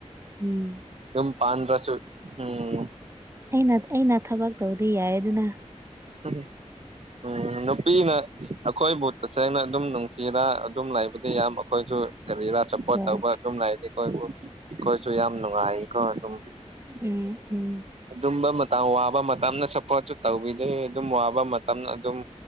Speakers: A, on the right; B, on the right.
A: ꯎꯝ
B: ꯑꯗꯨ ꯄꯗ꯭ꯔꯁꯨ ꯎꯝ
A: ꯑꯩꯅ ꯑꯩꯅ ꯊꯕꯛ ꯇꯧꯗꯤ ꯌꯥꯔꯦ ꯑꯗꯨꯅ
B: ꯐꯦ ꯎꯝ ꯅꯨꯄꯤꯅ ꯑꯩꯈꯣꯏꯕꯨ ꯇꯁꯦꯡꯅ ꯑꯗꯨꯝ ꯅꯨꯡꯁꯤꯔ ꯑꯗꯨꯝ ꯂꯩꯕꯗꯤ ꯌꯥꯝ ꯑꯩꯈꯣꯏꯁꯨ ꯀꯔꯤꯔꯥ ꯁꯄꯣꯔꯠ
A: ꯍꯣꯏ
B: ꯇꯧꯕ ꯑꯗꯨꯝ ꯂꯩꯗꯤ ꯑꯩꯈꯣꯏꯕꯨ ꯑꯩꯈꯣꯏꯁꯨ ꯌꯥꯝ ꯅꯨꯡꯉꯥꯏꯀꯣ ꯑꯗꯨꯝ
A: ꯎꯝ ꯎꯝ
B: ꯑꯗꯨꯝꯕ ꯃ ꯃꯇꯝ ꯋꯥꯕ ꯃ ꯃꯇꯝꯅ ꯆꯄ ꯆ ꯇꯧ ꯑ ꯑꯗꯨꯝ ꯋꯥꯕ ꯃꯇꯝꯗ ꯑꯗꯨꯝ